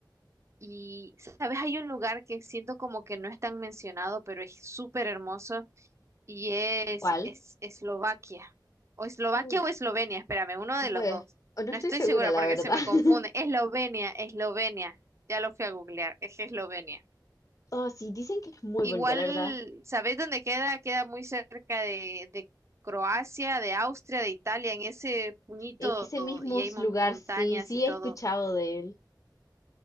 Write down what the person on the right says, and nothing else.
Y, ¿sabes? Hay un lugar que siento como que no es tan mencionado, pero es súper hermoso Y es,
es Eslovaquia. O Eslovaquia
o Eslovenia, espérame, uno de los
dos.
No
estoy
segura
porque
se me
confunde. Eslovenia, Eslovenia. Ya lo fui a googlear, es Eslovenia.
Igual,
¿sabés dónde queda? Queda muy cerca de, de Croacia, de Austria, de Italia, en ese puñito
y hay mon-
montañas
y todo.